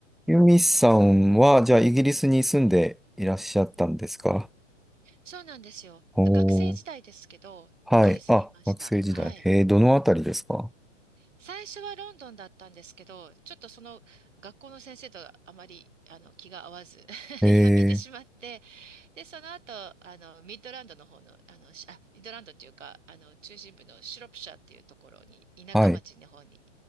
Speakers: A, in the centre; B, on the right.
A: ユミさんは、じゃあ、イギリスに住んでいらっしゃったんですか
B: そうなんですよ。
A: おー、
B: 学生時代ですけど、
A: はい。
B: イギリスにいました。
A: あ、学生時代。
B: はい。
A: えー、どのあたりですか
B: 最初はロンドンだったんですけど、ちょっとその学校の先生とあまりあの気が合わず <laughs>
A: えー、
B: やめてしまって、で、その後、あのミッドランドの方の、あの、しあ、ミッドランドっていうか、あの中心部のシロプシャーっていうところに、田舎町の方に、
A: はい。